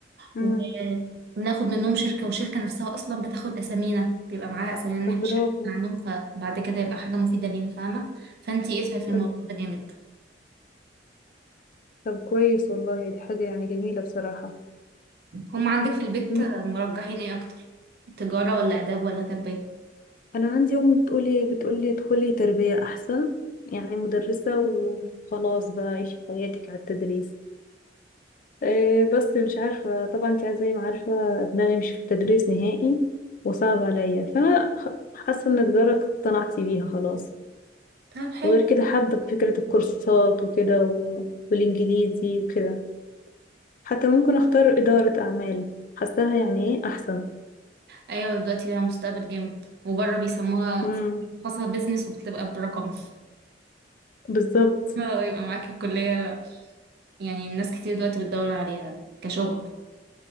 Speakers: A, on the left (about 50°); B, on the right (about 60°).
A: امم
B: وبناخد منهم شركه والشركه نفسها اصلا بتاخد اسامينا بيبقى معاها اسامينا
A: طب
B: ان احنا مش
A: برافو
B: عارفين عنهم فبعد كده يبقى حاجه مفيده لينا فاهمه فانت اسعي في الموضوع
A: طب
B: ده جامد
A: طب كويس والله دي حاجة يعني جميلة بصراحة
B: هم عندك في البيت
A: مم.
B: مرجحين ايه اكتر تجاره ولا اداب ولا تربيه
A: انا عندي امي بتقولي بتقولي ادخلي تربية احسن يعني مدرسة وخلاص بقى عيشي حياتك على التدريس إيه بس مش عارفة طبعا انت زي ما عارفة دماغي مش في التدريس نهائي وصعب عليا فأنا خ- حاسة ان تجارة اقتنعت بيها خلاص
B: طب حلو
A: وغير كده حابة فكرة الكورسات وكده و... والإنجليزي وكده حتى ممكن أختار إدارة أعمال حاساها يعني ايه أحسن
B: ايوه دلوقتي ليها مستقبل جامد وبره بيسموها
A: امم
B: خاصة بيزنس وبتبقى برقم <laughs>
A: بالظبط
B: اه يبقى معاك الكلية يعني الناس كتير دلوقتي بتدور عليها كشغل